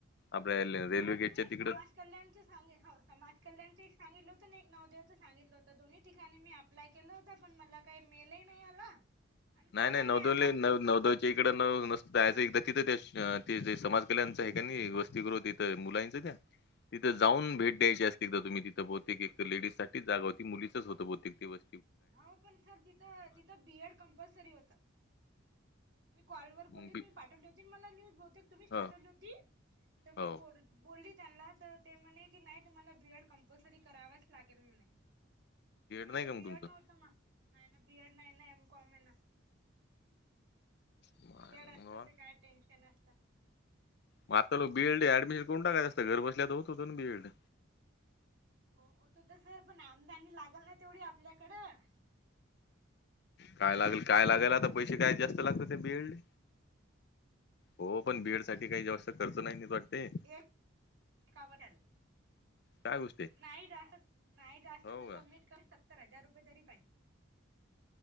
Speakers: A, on the left (about 55°); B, on the right (about 65°).
A: आपल्या रेल्वे
B: हो तुम्हीस
A: गेटच्या तिकडं
B: ना मा. कल्याणचं सांग हो समाज कल्याणं सांगितलं होतं. नवदेवचं सांगितलं होतं दोन्हीिकाणी मी अप्लाय केलं होता पण मला काही मेलही नाही आला. आणि कॉलही
A: नाही नाही नवदुल्ली
B: आला
A: न नवदवच्या इकडं न नस एकदा तिथं त्याे समाज कल्याणचं आहेनी वस्ती कर तर मुलांच त्या तिथं जाऊन
B: हा
A: भेट द्यायची असते तर तुम्ही तिथं बहते एक तर डीज साच जागा होती मुलीच होत बहुतेक ते बस
B: होा पण सर तिथं तिथं बीएड कंपल्सरी होता. मी कॉल वर
A: मग
B: बोलली
A: बी
B: तुम्ही पाठवली होती मला न्यूज बते तुम्हीच
A: ह
B: पाठवली होती. तर मीोल
A: हो
B: बोलली त्यांना तर. ते म्हणे की नाही तुम्हाला बीएड कंपल्सरी करावाच लागेल म्हणे. माझं
A: नाही का मग
B: बीएड
A: तुमचं
B: नव्हतं म. नाही ना बीएड नाही ना एम कॉम आहे ना.
A: मायला,
B: बिऐड असत
A: मग
B: तर काय टेन्शन असत.
A: म आता लों बीएड ऍडमिशन करून टाकायचं असत घर बसल्या होत होतं ना बीएड.
B: हो होत होत तर सर पण आमदानी लागल ना तेवढी आपल्याकडं.
A: काय लागल काय लागायला आता पैसे काय जास्त लागत ते बीऐडले. हो पण बीएड साठी काही जास्त खर्च नाही ना येत वाटते.
B: एक एक आवडल <unintelligible>
A: काय गोष्ट आहे
B: नाही जास्त नाही जास्त
A: हो
B: तर
A: का
B: कमीत कमी सत्तर हजार रुपये तरी पाहिजे.